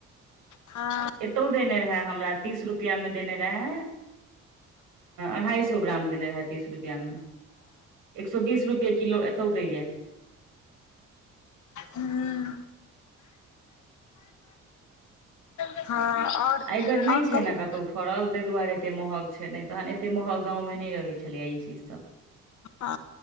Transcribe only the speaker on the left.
हाँ
हूँ हं आओर
आओर
कहू
आ